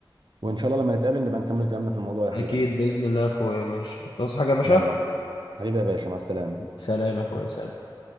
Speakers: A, on the right; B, on the left.
A: وان شاء الله لما نتقابل نبقى نكمل كلامنا في الموضوع يا
B: أكيد
A: حبيب قلبي
B: بإذن الله يا أخويا ماشي هتعوز حاجة يا باشا
A: يلا حبيبي يا باشا مع السلامه
B: سلام يا أخويا سلام